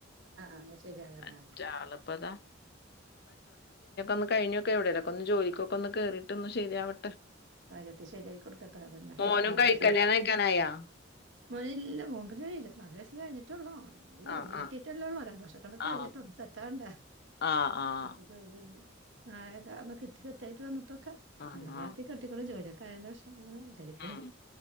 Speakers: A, on the right; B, on the left.
A: ആ ആ ശരി അങ്ങനെ
B: അറ്റാളിപ്പതാ ഒന്ന് കഴിഞ്ഞോക്കെ എവിടെല്ലോക്കെ കൊന്ന് ജോലിക്കൊക്കെന്ന് കേറിട്ട് ഒന്ന് ശരിയാവട്ടെ
A: അകത്തി ശരിയയി കൊടുക്കട്ടെതന്നെ
B: മോനും
A: ആ
B: കഴി
A: ശരി
B: കല്യാണം കഴിക്കാനായാ
A: <unintelligible> ജോലി ഇര്ത്തനാല് വയന് കഴിഞ്ഞിട്ടുള്ളോ ജോലി
B: ആ ആ
A: കട്ടീട്ടല്ലേള്ള രണ്ടുർഷം ക്കെ കഴിയട്ടോണ്ട്
B: ആ
A: സെറ്റാണ്ട
B: ആ ആ
A: എപ്പ ജോലി ആ കിട്ടി സെറ്റായിട്ട് വന്നിട്ടൊക്കെ
B: ആഹ്
A: നല്ല പ്രായത്തേ
B: ആഹ്
A: കെട്ടിക്കണം ജോലിയൊക്കെ ആയൻ്റെ ശേഷം അങ്ങനെ വിചാരിക്കണ്ട്
B: ഉം